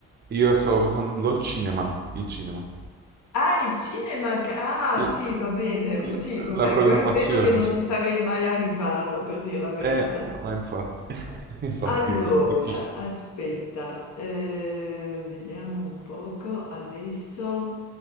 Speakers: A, on the right; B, on the left.
A: Io stavo pensando al cinema, il cinema.
B: Ah, il cinema. che- Ah,
A: L-
B: sì, va bene.
A: l-
B: Sì, va
A: La
B: bene.
A: programmazione,
B: Quello credo che non
A: sì.
B: ci sarei mai arrivata, per dire la verità.
A: Eh, ma ma infatti, <laughs> infatti,
B: Allora,
A: beh, difficile.
B: aspetta, eh, vediamo un poco adesso.